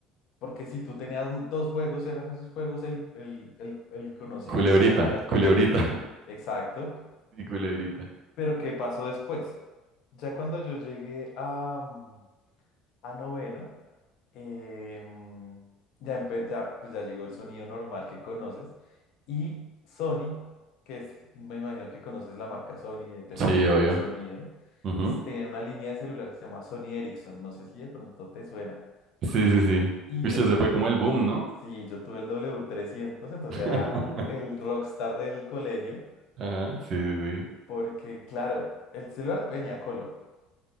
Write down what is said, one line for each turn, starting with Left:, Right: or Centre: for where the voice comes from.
Left: Porque si tú tenías dos juegos, eran esos juegos el, el, el, el conocido
Right: Culebrita,
Left: que era la culebrita.
Right: culebrita.
Left: Exacto.
Right: Y culebrita.
Left: Pero ¿qué pasó después? Ya cuando yo llegué a, mm, a noveno, eh, mm, ya, empe- ya, pues ya llegó el sonido normal que conoces. Y Sony, que es, me imagino que conoces la marca Sony de televisores,
Right: Sí, obvio.
Left: sonido,
Right: Ujú.
Left: s- tenía una línea de celular que se llama Sony Ericsson. No sé si de pronto te suena.
Right: Sí, sí, sí.
Left: Y
Right: Viste,
Left: yo tuve,
Right: se fue como el boom, ¿no?
Left: Sí, yo tuve el w trescientos, entonces
Right: <laughs>
Left: era el rockstar del colegio,
Right: Ajá, sí, sí, sí.
Left: porque claro, el celular tenía color.